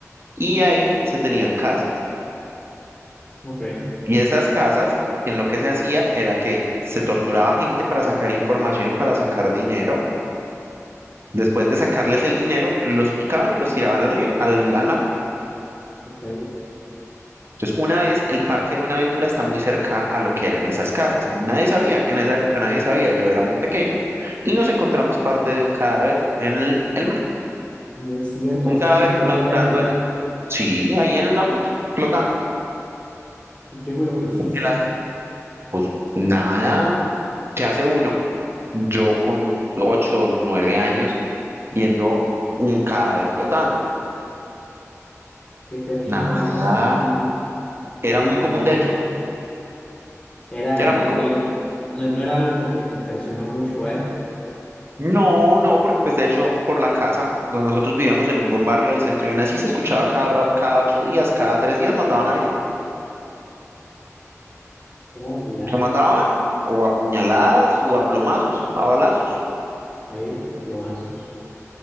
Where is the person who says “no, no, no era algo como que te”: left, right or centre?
Left